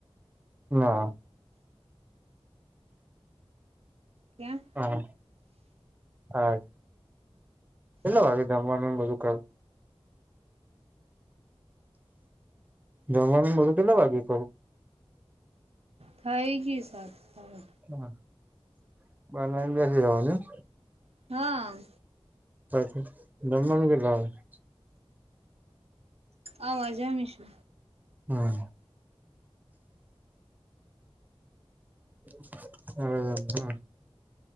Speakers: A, on the right (about 15°); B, on the right (about 75°).
A: ના
B: કેમ
A: હા હા કેટલા વાગે જમવાનું બધું કર? જમવાનું બધું કેટલા વાગે કરું
B: થઈ ગયું શાક <unintelligible>
A: <unintelligible> બેસી જવાનું એમ
B: હા
A: પછી જમવાનું કેટલા વાગે
B: અમા જમીશુ
A: હમ્મ હમ્મ હમ્મ